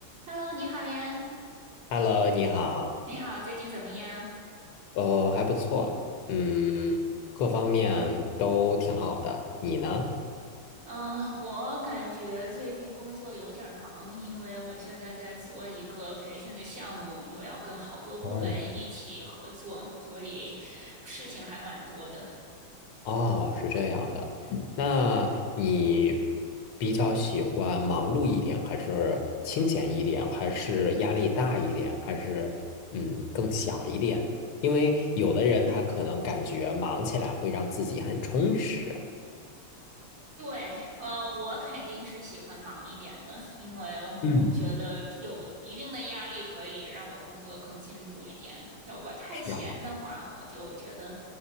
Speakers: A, on the right; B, on the left.
A: Hello，你好呀，
B: Hello，你好，
A: 你好，最近怎么样？
B: 呃，还不错，嗯，各方面都挺好的。你呢？
A: 啊，我感觉最近工作有点儿忙，因为我现在在做一个培训的项目，又要跟好多部门一起合作，
B: 哦，
A: 所以事情还蛮多的。
B: 哦，是这样的，那你比较喜欢忙碌一点，还是清闲一点，还是压力大一点，还是嗯更小一点？因为有的人他可能感觉忙起来会让自己很充实。
A: 对，呃，我肯定是喜欢忙一点的，因为我觉得有一定的压力可以让我工作更进步一点。
B: 嗯，
A: 如果太闲的话，
B: 是啊，
A: 我就觉得，